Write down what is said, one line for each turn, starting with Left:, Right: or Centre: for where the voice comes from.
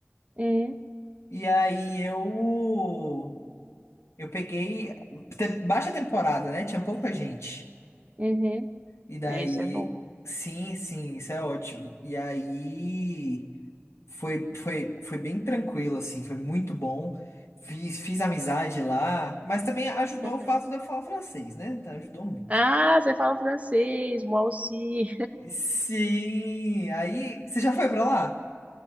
Right: Hum,
Left: e aí eu Eu peguei te- baixa temporada, né? Tinha pouca gente.
Right: uhum.
Left: E daí,
Right: É, isso é bom.
Left: sim, sim, isso é ótimo. E aí foi, foi, foi bem tranquilo, assim, foi muito bom. Fiz, fiz amizade lá, mas também ajudou
Right: Uhum.
Left: o fato de eu falar francês, né? Então, Ajudou muito.
Right: Ah, você fala francês, moi aussi.
Left: Sim, aí você já foi pra lá?